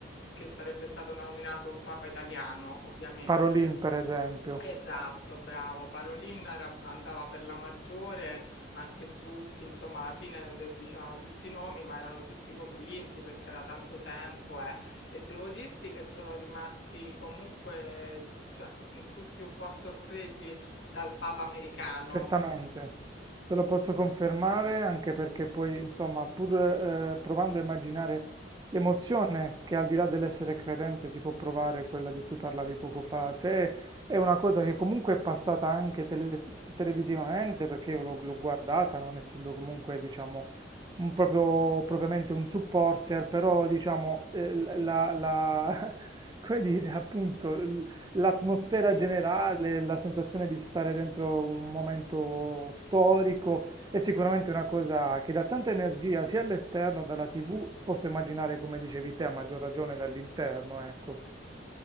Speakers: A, on the left (about 75°); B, on the right (about 20°).
A: che sarebbe stato nominato un papa italiano, ovviamente.
B: Parolin per esempio.
A: Esatto, bravo. Parolin era andava per la maggiore, ma anche Zuppi, insomma alla fine de dicevano tutti i nomi, ma erano tutti convinti perché era tanto tempo, eh. E devo dirti che sono rimasti comunque, cioè, mh, tutti un po' sorpresi dal Papa americano.
B: Certamente, te lo posso confermare anche perché poi, insomma, pur eh, provando a immaginare l'emozione che al di là dell'essere credente si può provare, quella di cui parlavi poco fa, te è una cosa che comunque è passata anche tele- televisivamente perché io l'ho l'ho guardata, non essendo comunque, diciamo, un proprio, propriamente un supporter, però, diciamo, eh, la, la- <laughs> come dire, appunto l'atmosfera generale, la sensazione di stare dentro un momento storico è sicuramente una cosa che dà tanta energia sia all'esterno, dalla TV, posso immaginare come dicevi te, a maggior ragione dall'interno, ecco.